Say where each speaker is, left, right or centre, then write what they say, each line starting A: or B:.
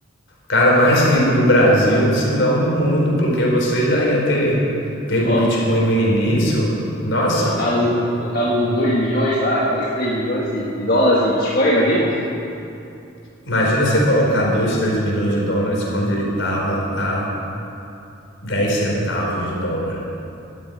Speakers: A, on the left; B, on the left.
A: cara mais rico do Brasil, se não do mundo, porque você já ia ter pego
B: Ó,
A: o Bitcoin no início. Nossa,
B: colocado, colocar uns 2 milhões lá, 2, 3 milhões de, de dólares em Bitcoin, imagina.
A: Imagina você colocar 2, 3 milhões de dólares quando ele estava a 10 centavos de dólar.